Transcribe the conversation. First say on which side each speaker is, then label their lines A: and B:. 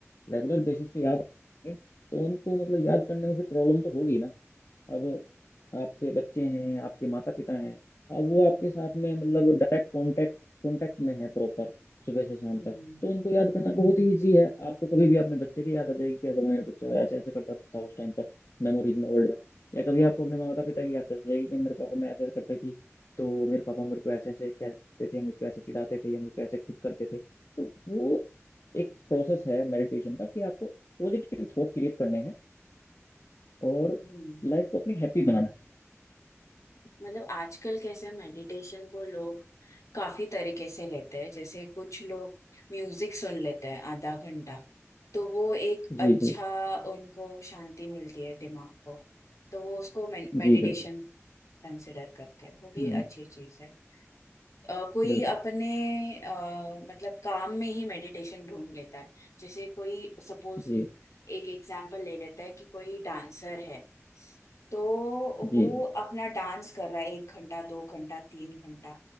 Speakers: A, on the left (about 65°); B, on the left (about 80°).
A: रेगुलर बेसिस पे याद आए, तो उनको मतलब याद करने में फिर प्रॉब्लम तो होगी ना अब आपके बच्चे हैं आपके माता पिता हैं अब वो
B: हम्म हम्म
A: आपके साथ में मतलब डायरेक्ट कांटेक्ट कांटेक्ट में है प्रॉपर सुबह से शाम
B: हम्म
A: तक तो उनको याद
B: हम्म,
A: करना बहुत ही ईजी है आपको कभी भी अपने बच्चे की याद आ जाएगी कि अगर मेरा बच्चा ऐसे ऐसे करता था उस टाइम पर मेमोरीज में ओल्ड में या कभी आपको अपने माता पिता की याद आ जाएगी कि मेरे पापा मैं ऐसे ऐसे करती थी तो मेरे पापा मेरे को ऐसे ऐसे कहते थे मुझको ऐसे चिढ़ाते थे या मुझको ऐसे खुश करते थे तो वो एक प्रोसेस है मेडिटेशन का कि आपको पॉजिटिव थॉट क्रिएट करने हैं और
B: हम्म।
A: लाइफ को अपनी हैप्पी बनाना है
B: मतलब आजकल कैसे मेडिटेशन को लोग काफी तरीके से लेते हैं जैसे कुछ लोग म्यूजिक सुन लेते हैं आधा घंटा तो वो एक
A: जी
B: अच्छा
A: जी
B: उनको शांति मिलती है दिमाग को तो वो उसको मेडिटेशन
A: जी बिल्कुल
B: कंसिडर करते हैं वो भी
A: हम्म,
B: अच्छी चीज है अ, कोई
A: बिल्कुल
B: अपने अ, मतलब काम में ही मेडिटेशन ढूंढ लेता है जैसे कोई सपोज
A: जी
B: एक एग्जांपल ले लेता है कि कोई डांसर है तो
A: जी
B: वो
A: जी
B: अपना डांस कर रहा है एक घंटा दो घंटा तीन घंटा